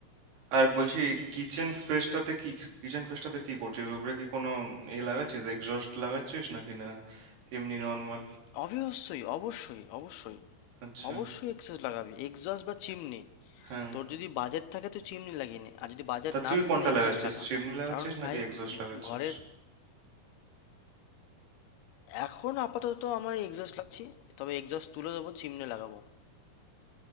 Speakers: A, on the right (about 85°); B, on the left (about 80°).
A: আর বলছি কিচেন স্পেসটাতে কি কিচেন স্পেসটাতে কি করছিস উপরে কি কোনো এ লাগাচ্ছিস এক্সস্ট লাগাচ্ছিস নাকি না এমনি নর্মাল
B: অবশ্যই অবশ্যই অবশ্যই
A: আচ্ছা
B: অবশ্যই এক্সজস্ট লাগাবি এক্সজস্ট বা চিমনি
A: হ্যাঁ
B: তোর যদি বাজেট থাকে তুই চিমনি লাগিয়ে নে আর যদি বাজেট
A: তা
B: না
A: তুই
B: থাকে
A: কোনটা
B: তাহলে এক্সজস্ট
A: লাগাচ্ছিস
B: লাগা
A: চিমনি লাগাচ্ছিস
B: কারণ
A: নাকি
B: ভাই
A: এক্সস্ট লাগাচ্ছিস
B: ঘরের এখন আপাতত আমার এক্সজস্ট লাগছি তবে এক্সজস্ট তুলে দেবো চিমনি লাগাবো